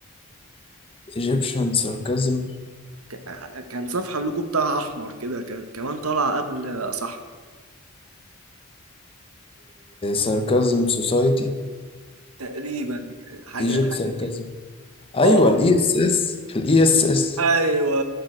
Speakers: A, on the left; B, on the right.
A: ايجيبشن ساركازم
B: ك- كان صفحة اللوجو بتاعها أحمر كده كان كمان طالعة قبل صح
A: ساركازم سوسايتي
B: تقريبا حاجة
A: ايجيبت
B: حاجة
A: ساركازم
B: كده
A: ايوه
B: اه
A: الاي اس اس الاي اس اس
B: ايوه